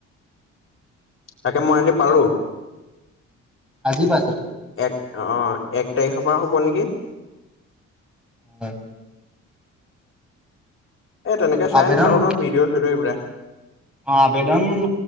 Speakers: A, on the left; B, in the centre.
A: তাকে মই আজি পালো।
B: আজি বা
A: এক অ এক তাৰিখৰ পৰা হ'ব নেকি।
B: উম।
A: এ তেনেকে চাই
B: আবেদন
A: নাথাকো নহয় ভিডিঅ' চিডিঅ' এইবিলাক।
B: অ আৱেদন